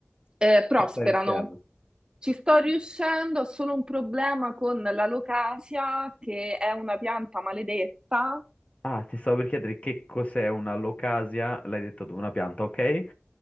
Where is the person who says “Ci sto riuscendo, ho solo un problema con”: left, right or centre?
Right